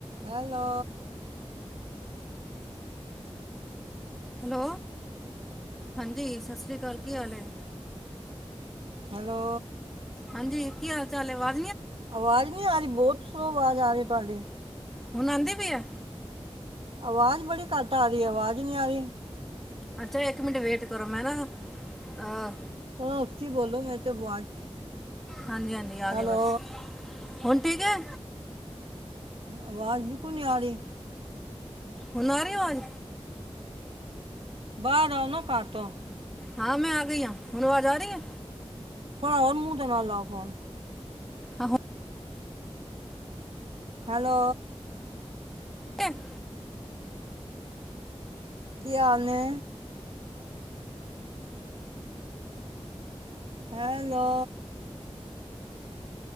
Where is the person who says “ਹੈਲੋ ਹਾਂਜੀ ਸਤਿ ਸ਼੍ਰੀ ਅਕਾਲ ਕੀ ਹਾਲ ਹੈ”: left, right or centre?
Centre